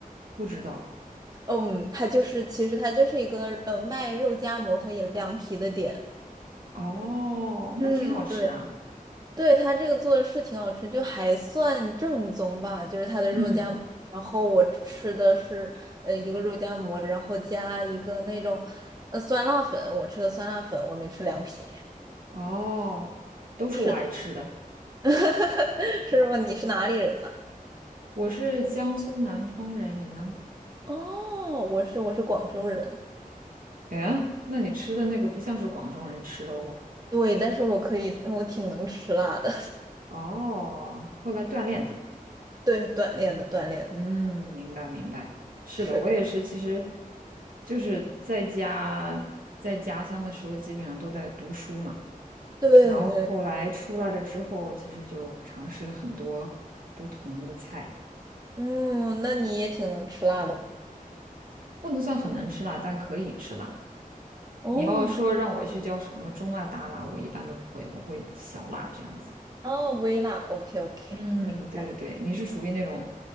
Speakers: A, on the right (about 70°); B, on the right (about 25°).
A: 不知道。
B: 嗯，他就是，其实他就是一个呃卖肉夹馍和饮凉皮的店。
A: 哦，
B: 嗯，
A: 那挺好吃啊。
B: 对，对，他这个做的是挺好吃，就还算正宗吧，就是他的肉夹馍。
A: 嗯嗯
B: 然后我吃的是呃一个肉夹馍，然后加一个那种呃酸辣粉，我吃的酸辣粉，我没吃凉皮。
A: 哦，都是我爱吃的。
B: 是的，<laughs> 师傅，你是哪里人呢？
A: 我是江苏南通人，你呢？
B: 哦，我是我是广州人，
A: 哎，那你吃的那个不像是广州人吃的哦。
B: 对，但是我可以，我挺能吃辣的，
A: 哦，后来锻炼的。
B: <laughs> 对，锻炼的锻炼的，
A: 嗯，明白明白。是的，
B: 是的，
A: 我也是。其实就是在家在家乡的时候，基本上都在读书嘛。
B: 对对，
A: 然后后来出来了之后，其实就尝试了很多不同的菜。
B: 嗯，那你也挺能吃辣的嘛。
A: 不能算很能吃辣，但可以吃辣。
B: 哦，
A: 你要说让我去叫什么中辣、大辣，我一般都不会，我会小辣这样子。
B: 哦，微辣，OK OK，
A: 嗯，
B: 明白。
A: 对对对，你是属于那种